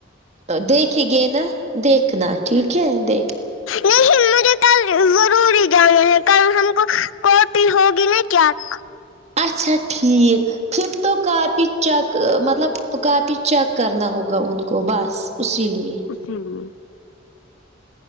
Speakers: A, on the right; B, on the left.
A: دیکھے گے نا دیکھنا ٹھیک ہے دے
B: نہیں مجھے کل ضرور ی جانا ہے کل ہم کو کو پی ہوگی نہ کیا ک
A: اچھا ٹھیک پھر تو کاپی چیک مطلب کاپی چیک کرنا ہوگا ان کو بس اسی لیے
B: ہوں